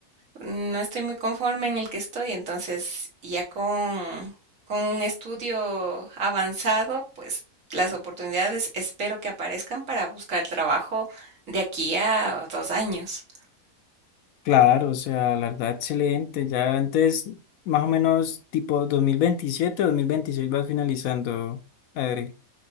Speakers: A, on the right; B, on the left.
A: no estoy muy conforme en el que estoy, entonces ya con, con un estudio avanzado, pues las oportunidades espero que aparezcan para buscar trabajo de aquí a dos años.
B: Claro, o sea, la verdad, excelente. Ya antes, más o menos, tipo dos mil veintisiete dos mil veintiséis vas finalizando, Adri.